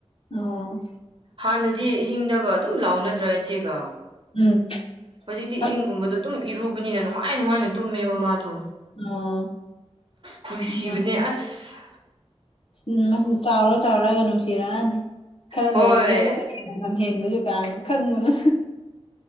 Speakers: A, on the left (about 60°); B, on the right (about 50°).
A: ꯑꯣ
B: ꯍꯥꯟꯅꯗꯤ ꯏꯍꯤꯡꯗꯒ ꯑꯗꯨꯝ ꯂꯥꯎꯅꯗ꯭ꯔꯥ ꯏꯆꯦꯒ
A: ꯎꯝ
B: ꯍꯧꯖꯤꯛꯇꯤ
A: ꯑꯁ
B: ꯏꯍꯤꯡꯒꯨꯝꯕꯗꯣ ꯑꯗꯨꯝ ꯏꯔꯨꯕꯅꯤꯅ ꯅꯨꯡꯉꯥꯏ ꯅꯨꯡꯉꯥꯏꯅ ꯇꯨꯝꯃꯦꯕ ꯃꯥꯗꯨ
A: ꯑꯣ
B: ꯅꯨꯡꯁꯤꯕꯅꯦ
A: <unintelligible>
B: ꯑꯁ
A: ꯎꯝ ꯃꯁꯤ ꯆꯥꯎꯔ ꯆꯥꯎꯔꯒ ꯅꯨꯡꯁꯤꯔꯛꯑꯅꯤ ꯈꯔ
B: ꯍꯣꯏ
A: ꯂꯩꯔꯗꯤ ꯑꯃꯨꯛꯀ ꯂꯝꯍꯦꯟꯕꯁꯨ ꯀꯅꯥꯥꯅ ꯈꯪꯕꯅꯣ